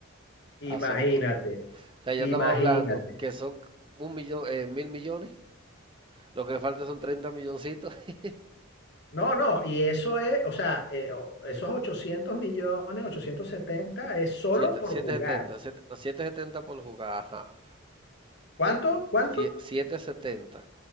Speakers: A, on the right; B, on the left.
A: a
B: imagínate,
A: Soto. O sea, ya
B: imagínate.
A: estamos hablando que son un millón, eh, mil millones. Lo que le falta son treinta milloncitos. <laughs>
B: No, no, y eso es, o sea, eh, o- esos 800 millones, 870 es solo
A: 7,
B: por
A: 770,
B: jugar.
A: 7, setenta por jugar, ajá.
B: ¿Cuánto? ¿Cuánto?
A: Sie- 770,